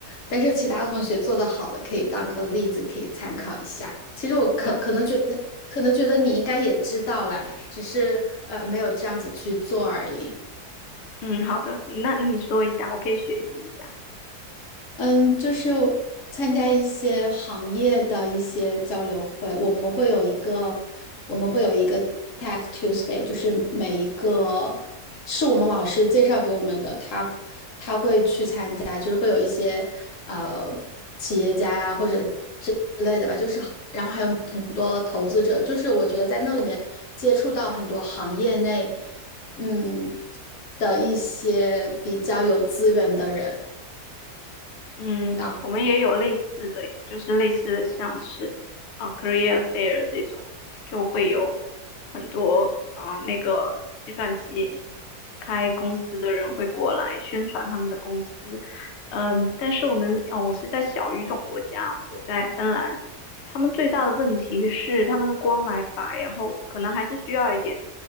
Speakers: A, on the left; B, on the left.
A: 但是其他同学做的好的可以当个例子，可以参考一下。其实我可可能觉得，
B: 嗯。
A: 可能觉得你应该也知道啦，只是呃没有这样子去做而已。
B: 嗯，好的，那那你说一下，我可以学习一下。
A: 嗯，就是参加一些行业的一些交流会，我们会有一个，我们会有一个 Tech Tuesday，就是每一个是我们老师介绍给我们的，他去参加，就是会有一些呃企业家呀、或者之类的吧，就是好然后还有很多投资者，就是我觉得在那里面接触到很多行业内嗯的一些比较有资源的人，
B: 嗯，
A: 然
B: 我们也有类似的，就是类似的，像是啊、呃 career fair 这种，就会有很多啊、呃那个计算机开公司的人会过来宣传他们的公司。嗯，但是我们哦，我是在小语种国家，我在芬兰，他们最大的问题是他们的光来白，然后可能还是需要一点